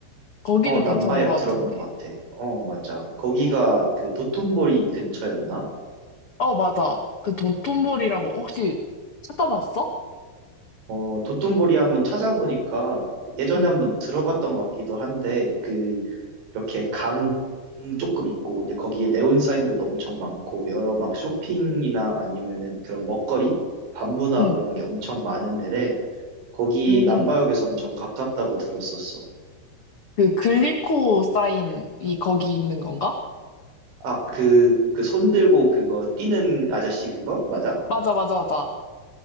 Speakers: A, on the left; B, on the right.
A: 거기도
B: 어, 남바역
A: 괜찮은 것 같은데.
B: 들어본 것 같아. 어, 맞아. 거기가 그 도톤보리 근처였나?
A: 어, 맞아. 그 돈톤볼이라고 혹시 찾아봤어?
B: 어, 도톤보리 한번 찾아보니까 예전에
A: 응,
B: 한번 들어봤던 것 같기도 한데, 그 이렇게 강 조금 있고 이제 거기에 네온 사인들도 엄청 많고 여러 막 쇼핑이나 아니면은 그런 먹거리, 밤문화
A: 응,
B: 그런 게 엄청 많은 데래 거기
A: 응.
B: 남바역에서
A: 응.
B: 엄청 가깝다고 들었었어.
A: 그 글리코사인이 거기 있는 건가?
B: 아, 그, 그 손 들고 그거 뛰는 아저씨 그거? 맞아?
A: 맞아, 맞아, 맞아.